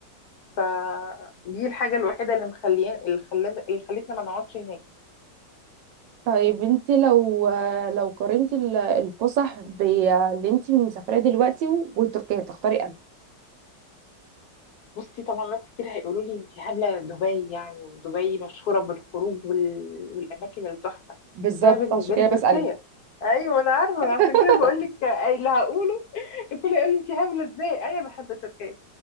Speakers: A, on the left (about 60°); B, on the right (about 80°).
A: فدي الحاجه الوحيده اللي مخليان اللي خلان اللي خلتنا ما نقعدش هناك
B: طيب انت لو لو قارنتي ال- الفسح باللي انت مسافراه دلوقتي وتركيا تختاري انهي
A: بصي طبعا ناس كتير هيقولوا لي انت هبله دبي يعني ودبي مشهوره بالخروج وال... والاماكن التحفه
B: بالظبط
A: بس انا بالنسبه
B: عشان كده
A: لي تركيا
B: بسألك
A: ايوه انا عارفه
B: <laughs>
A: أنا عشان كده بقول لك اللي هقوله <laughs> الكل يقول لي انت هبله ازاي انا بحب تركيا